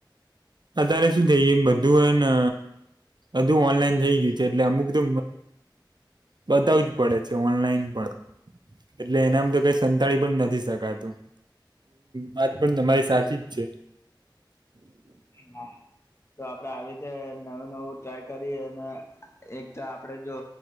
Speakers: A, on the right; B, on the left.
A: અત્યારે શું થઈ ગયું બધું એને અધું ઓનલાઈન થઇ ગયું છે, એટલે અમુક તો બધાવુ જ પડે છે, ઓનલાઈન પણ એટલે એના આમ થયુ કે સંતાળી પણ નથી સકાતું વાત પણ તમારી સાચી જ છે.
B: હા. તો આપડે આવી રીતે નવું નવું ટ્રાય કરી અને એક તો આપડે જો